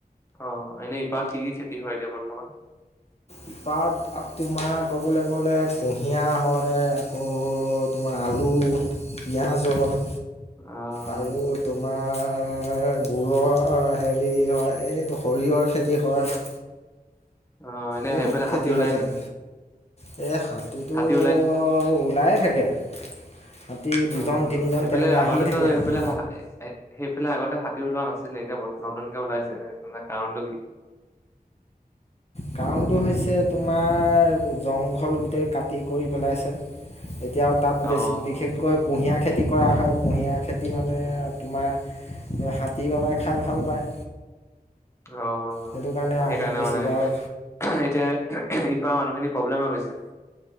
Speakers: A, on the left (about 15°); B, on the left (about 40°).
A: অ', এনেই ইপাৰত কি কি খেতি হয় এতিয়া বৰ্তমান?
B: ইপাৰত আ তোমাৰ ক'বলৈ গ'লে কুঁহিয়াৰ হয় আকৌ তোমাৰ আলু, পিঁয়াজ হয়।
A: আ
B: আৰু তোমাৰ গুৰৰ অ হেৰি হয় এই সৰিয়হৰ খেতি হয়।
A: অ এনে
B: বহুত
A: সেইফালে
B: খেতি
A: হাতী ওলাই
B: হয় তাতে,
A: নি
B: ধেৰ শাক যিটো
A: হাতী
B: অ, ওলাই থাকে। হাতী দুজন
A: অ'
B: তিনিজন
A: সেইফালে
B: তেনেকৈ
A: আগতেটো
B: আহিয়ে থাকে
A: সেইফালে
B: হাতী
A: সেইফালে আগতে হাতী ওলোৱা নাছিলে এতিয়া ব নতুনকে ওলাইছে তে কাৰণটো কি?
B: কাৰণটো হৈছে তোমাৰ জংঘল গোটেই কাট খেতি কৰি পেলাইছে, এতিয়া আৰু তাত
A: অ',
B: বেছি বিশেষকৈ কুঁহিয়াৰ খেতি কৰা হয় কুঁহিয়াৰ খেতি মানে তোমাৰ সেইয়া হাতী বাবাই খাই ভাল পায়।
A: অ',
B: সেইটো কাৰণে
A: সেইকাৰণে
B: আহে বেছিকৈ
A: মানে, এতিয়া
B: আৰু
A: সেই খেতি কৰা মানুহখিনি প্ৰব্লেম্ হৈ গৈছে।